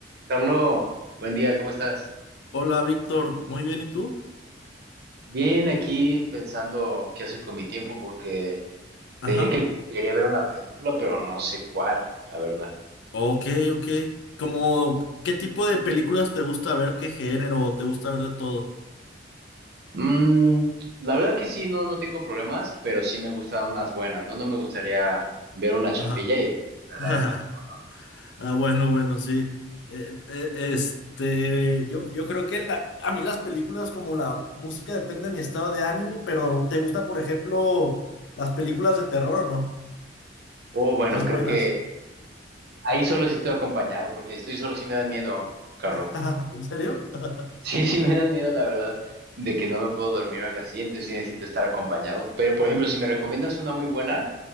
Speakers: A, on the right (about 60°); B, on the left (about 70°).
A: Carlos, buen día, ¿cómo estás?
B: Hola, Víctor. Muy bien, ¿y tú?
A: Bien, aquí pensando qué hacer con mi tiempo porque
B: Ajá.
A: te diría que quería ver una película, pero no sé cuál, la verdad.
B: Ok, ok. Como, ¿qué tipo de películas te gusta ver? ¿Qué género? ¿Te gusta ver de todo?
A: Mm, la verdad que sí, no, no tengo problemas, pero sí me gustan unas buenas, ¿no? No me gustaría ver una chafilla
B: Ajá.
A: y, y perder
B: <laughs>
A: el tiempo, ¿no?
B: Ah, bueno, bueno, sí. Eh, eh, este, yo, yo creo que la, a mí las películas como la música depende de mi estado de ánimo, pero ¿te gusta, por ejemplo, las películas de terror o no?
A: O bueno,
B: Las
A: creo
B: buenas.
A: que ahí solo si estoy acompañado, porque si estoy solo sí me da miedo, Carlos.
B: <laughs>
A: <laughs>
B: ¿En serio? <laughs>
A: Sí, sí me da miedo, la verdad, de que no me puedo dormir o algo así, entonces sí necesito estar acompañado. Pero, por ejemplo, si me recomiendas una muy buena...